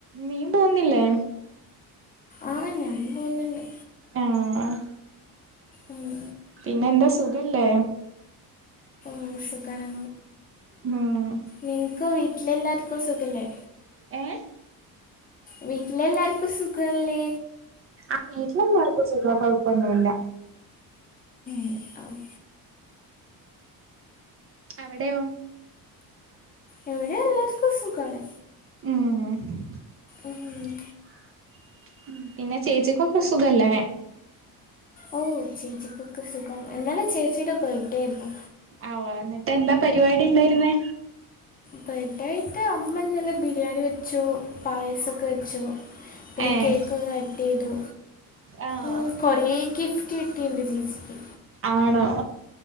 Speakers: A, on the right (about 35°); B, on the left (about 25°).
A: നീയും പോകുന്നില്ലേ?
B: ആഹ്‌, ഞാനും പോരുന്നുണ്ട്.
A: ആഹ്
B: ഉം.
A: പിന്നെ എന്താ സുഖല്ലേ?
B: ഓഹ് സുഖാണ്,
A: ഉം
B: നിന്ക്ക് വീട്ടിൽ എല്ലാർക്കും സുഖല്ലേ?
A: ഏഹ്
B: വീട്ടിലെല്ലാർക്കും സുഖല്ലേ?
A: ആഹ് വീട്ടിലെല്ലാർക്കും സുഖ, കൊഴപ്പൊന്നുല്ല.
B: മ് ആഹ്
A: അവിടെയോ?
B: ഇവിടെ എല്ലാവർക്കും സുഖാണ്.
A: മ്
B: ഉം.
A: മ് പിന്നെ ചേച്ചിക്കൊക്കെ സുഖല്ലേ?
B: ഓഹ് ചേച്ചിക്കൊക്കെ സുഖം, ഇന്നലെ ചേച്ചിടെ ബെർത്ത് ഡേ ആരുന്നു.
A: ആഹ് ഓ എന്നിട്ട് എന്താ പരിപാടി ഇണ്ടായിരുന്നെ?
B: ബെർത്ത് ഡേ ആയിട്ട് അമ്മ ഇന്നലെ ബിരിയാണി വെച്ചു, പായസൊക്കെ വെച്ചു. പിന്നെ
A: ഏഹ്
B: കേക്ക് കട്ട് ചെയ്തു,
A: ആഹ്
B: മ് കൊറെ ഗിഫ്റ്റ് കിട്ടീൻഡ് ചേച്ചിക്ക്.
A: ആണോ.